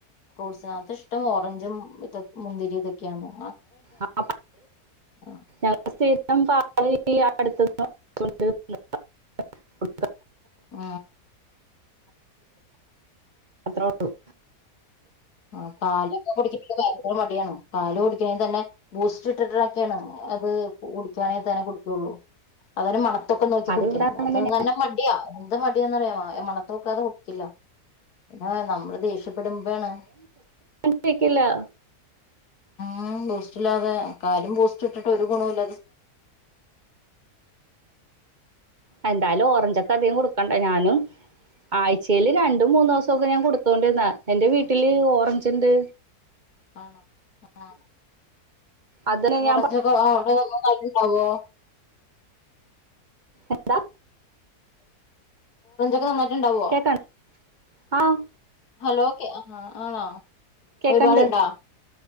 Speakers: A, on the left (about 75°); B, on the right (about 35°).
A: ഫ്രൂട്സാ ഇഷ്ടം ഓറഞ്ചും ഇതൊ മുന്തിരിയിതൊക്കെയാണ്
B: ആ
A: ഉം
B: ഞങ്ങള സ്ഥിം <unintelligible> അടു <unintelligible>
A: ആ
B: ത്ര <unintelligible>
A: ആ പാലൊക്കെ കുടിക്കാനിവന് ഭയങ്കര മടിയണ് പാല് കുടിക്കണെങ്കിൽ തന്നെ ബൂസ്റ്റ് ഇട്ടിട്ടുള്ളെക്കേണ് അത് കുടിക്കാണെങ്കിൽ തന്നെ കുടിക്കുള്ളു അതന്നെ മണ നമ്മക്കൊക്കെ നോക്കി
B: അത്
A: കുടിക്കണ
B: ഇവിടെ അങ്ങനെന്നെ
A: അത് തന്നെ മടിയ എന്ത് മടി എന്നറിയാമ മണത്തോക്കാതെ കുടിക്കില്ല പിന്നെ നമ്മള് ദേഷ്യ പ്പെടുമ്പേണ്
B: ക്കില്ല <unintelligible>
A: ഉം ബൂസ്റ്റ് ഇല്ലാതെ കാര്യം ബൂസ്റ്റ് ഇട്ടിട്ട് ഒരു ഗുണോല്ല
B: എന്തായാലും ഓറഞ്ച് അധികം കൊടുക്കണ്ട ഞാനും ആഴ്ചേല് രണ്ടും മൂന്നോസോക്ക ഞാൻ കൊടുത്തോണ്ടിരുന്ന എൻന്റെ വീട്ടില് ഓറഞ്ച് ഇണ്ട്
A: ആണോ <unintelligible>
B: അതിന്
A: ഓറഞ്ചക
B: ഞാൻ
A: ആ <unintelligible> <unintelligible> ണ്ടാവോ
B: എന്താ
A: മുമെന്റ് ഇണ്ടാവോ
B: കേക്കണ്ട ആഹ്
A: ഹലോ ആ ആഹ് ആണോ
B: കേക്കണ്ട്
A: ഒരുപാടുണ്ടോ